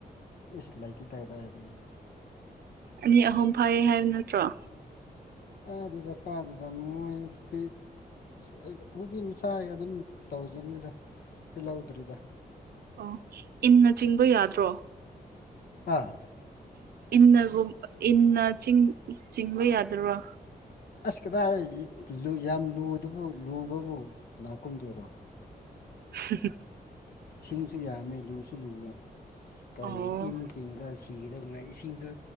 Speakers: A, on the left; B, on the right.
A: ꯑꯩ ꯂꯩꯥꯏꯇ ꯇꯗꯔꯗꯤ
B: ꯑꯅꯤ ꯑꯍꯨꯝ ꯐꯥꯏꯌꯦ ꯍꯥꯏꯕ ꯅꯠꯇ꯭ꯔꯣ
A: ꯐꯥꯗꯨꯗ ꯐꯥꯗꯅ ꯃꯣꯏ ꯑꯗꯨꯗꯤ ꯑꯁ ꯑꯩ ꯑꯗꯨꯗꯤ ꯃꯁꯥ ꯑꯗꯨꯝ ꯇꯧꯖꯅꯤꯗ ꯑꯩꯈꯣꯏ ꯂꯧꯗ꯭ꯔꯤꯗ
B: ꯑꯣ ꯏꯟꯅ ꯆꯤꯡꯕ ꯌꯥꯗ꯭ꯔꯣ
A: ꯑꯥ
B: ꯏꯟꯅꯒꯨꯝ ꯏꯟꯅ ꯆꯤꯡ ꯆꯤꯡꯕ ꯌꯥꯗ꯭ꯔꯣ
A: ꯑꯁ ꯀꯗꯥꯏ ꯌꯥꯝ ꯂꯨꯗꯕꯨ ꯂꯨꯕꯕꯨ ꯅꯥꯀꯨꯝꯗꯦꯔꯣ
B: <inaudible>
A: ꯁꯤꯡꯁꯨ ꯌꯥꯝꯃꯦ ꯂꯨꯁꯨ ꯂꯨꯋꯦ ꯀꯩ
B: ꯑꯣ
A: ꯏꯟ ꯆꯤꯡꯗ ꯀꯤꯒꯗꯧꯉꯥꯏ ꯏꯁꯤꯡꯁꯨ